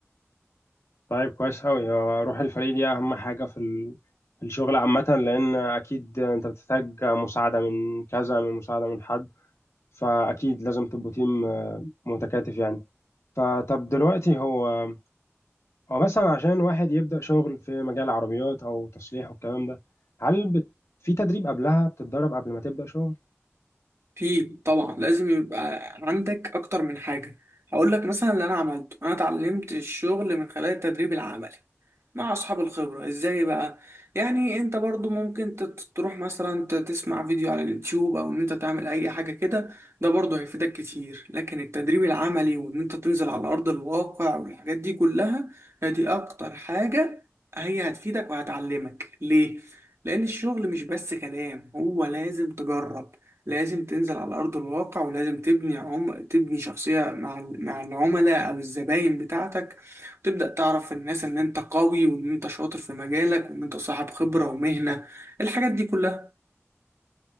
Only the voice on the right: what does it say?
في طبعا لازم يبقى عندك اكتر من حاجه هقول لك مثلا اللي انا عملته انا اتعلمت الشغل من خلال التدريب العملي مع اصحاب الخبره ازاي بقى يعني انت برضو ممكن تت- تروح مثلا ت- تسمع فيديو على اليوتيوب او ان انت تعمل اي حاجه كده ده برضو هيفيدك كتير لكن التدريب العملي وان انت تنزل على ارض الواقع والحاجات دي كلها هي اكتر حاجه هي هتفيدك وهتعلمك ليه لان الشغل مش بس كلام هو لازم تجرب لازم تنزل على أرض الواقع ولازم تبني عم... تبني شخصية مع ال- مع العملاء أو الزباين بتاعتك وتبدأ تعرف الناس إن أنت قوي وإن أنت شاطر في مجالك وإن أنت صاحب خبرة ومهنة الحاجات دي كلها